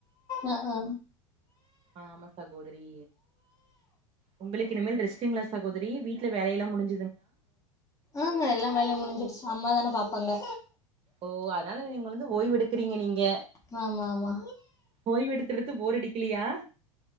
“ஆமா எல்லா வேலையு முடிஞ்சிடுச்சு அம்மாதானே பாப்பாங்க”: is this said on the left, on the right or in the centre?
Left